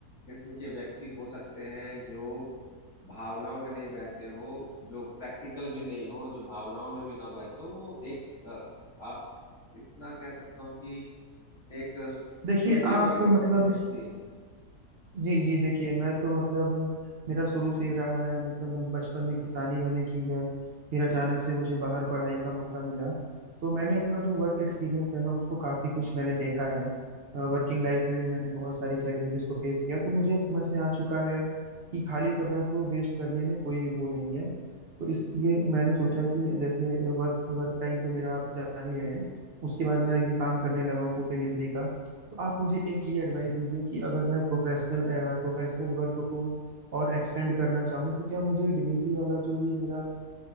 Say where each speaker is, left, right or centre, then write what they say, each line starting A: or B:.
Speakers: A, on the left; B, on the right.
A: किस्म के व्यक्ति हो सकते हैं जो भावनाओं में नहीं बहते हो जो प्रैक्टिकल भी नहीं हो जो भावनाओं में भी ना बहते हो वो एक अ, आप इतना कह सकता हूँ कि एक सुलझे
B: देखिए आप
A: हुए किस्म
B: मतलब
A: के व्यक्ति हैं
B: जी जी देखिए मैं तो मतलब मेरा शुरू से ही रहा है मतलब मैं बचपन में किसानी मैंने की है फिर अचानक से मुझे बाहर पढ़ाई का मौका मिला तो मैंने अपना जो वर्क एक्सपीरियंस है ना उसको काफ़ी कुछ मैंने देखा है वर्किंग लाइफ में भी मैंने बहुत सारी चैलेंजेस को फेस किया तो मुझे अब समझ में आ चुका है कि खाली समय को वेस्ट करने में कोई वो नहीं है तो इसलिए मैंने सोचा कि जैसे वर्क वर्क टाइम तो मेरा आप जान ही रहे हैं उसके बाद
A: जी
B: मैं ये काम करने लगा हूँ फूड डिलीवरी का तो आप मुझे एक ये एडवाइस दीजिए कि अगर मैं प्रोफेशनल प्रोफेशनल वर्क को और एक्सपेंड करना चाहूँ तो क्या मुझे डिलीवरी वाला जो ये मेरा